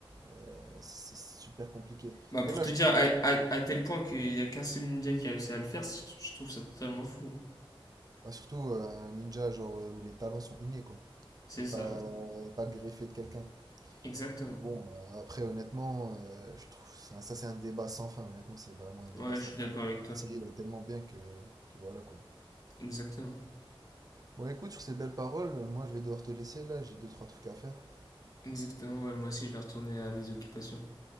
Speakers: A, on the right; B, on the left.
A: Euh, c'est c'est super compliqué.
B: Bah,
A: Après,
B: pour
A: là,
B: te
A: je
B: dire,
A: trouve.
B: à, à- à tel point qu'il n'y a qu'un seul ninja qui a réussi à le faire, c- je trouve ça totalement fou.
A: bah, surtout euh, un ninja, genre, euh, où les talents sont innés, quoi.
B: C'est
A: Et
B: ça,
A: pas,
B: ouais.
A: pas greffé de quelqu'un.
B: Exactement.
A: Mais bon, euh, après, honnêtement, euh, je trouve ça, ça, c'est un débat sans fin. Honnêtement, c'est vraiment un débat
B: Ouais,
A: sans
B: je suis
A: fin.
B: d'accord avec toi.
A: La série, elle est tellement bien que, que voilà quoi.
B: Exactement.
A: Bon, écoute, sur ces belles paroles, euh, moi je vais devoir te laisser là, j'ai deux, trois trucs à faire.
B: Exactement, ouais, moi aussi je vais retourner à mes occupations.